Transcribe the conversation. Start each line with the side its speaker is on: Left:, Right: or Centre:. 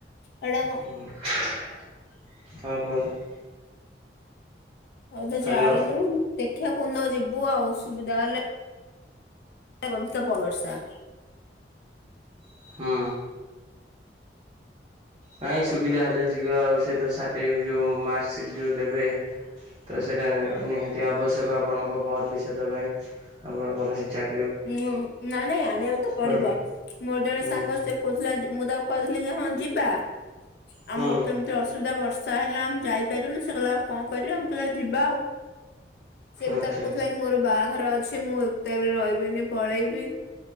Left: ଏଇଟା କଣ
Right: ହୁଁ ହଁ କୁହନ୍ତୁ।
Left: ଏବେ
Right: ହ୍ୟାଲୋ
Left: ଯାଇନୁ ଦେଖିବା କୋଉହଦିନ ଯିବୁ ଆଉ ସୁୁବିଧା ହେଲେ। <unintelligible>
Right: ହୁଁ। ନାଇଁ ସୁବିଧା ହେଲେ ଯିବେ ଆଉ ସେ ତ ସାଟେ ଯୋଉ ମାର୍କସିଟ୍ ଯୋଉ ଦେବେ। ତ ସେଇଟା ଆ ନିହାତି ଆବଶ୍ୟକ ଆପଣଙ୍କ ଭବିଷ୍ୟତ ପାଇଁ ଆପଣ କୌଣସି ଚା
Left: ଉଁ ନାଇଁ ନାଇଁ ଆଣିବାକୁ ତ ପଡିବ
Right: କୋଉଠି
Left: ମୋର ଜଣେ
Right: ହୁଁ
Left: ସାଙ୍ଗ ସେ କହୁଥିଲା ମୁଁ ତାକୁ କହିଦେଇଥିଲି ଯେ। ହଁ ଯିବା।
Right: ହୁଁ
Left: ଆମର ତ ଏମିତି ଅସୁବିଧା ବର୍ଷା ହେଲା ଆମେ ଯାଇପାଇଲୁନୁ ସେ କଇଲା ଆଉ। କଣ କରିବା ମୁଁ କଇଲୀ ଆଉ ଯିବା ଆଉ। ସିଏ ବି
Right: ଆଚ୍ଛା
Left: ତାର କହୁଥିଲା କି ମୋର ବାହାଘର ଅଛି ମୁଁ ଏକତା ବି ରହିବିନି ପଳେଇବି ‌।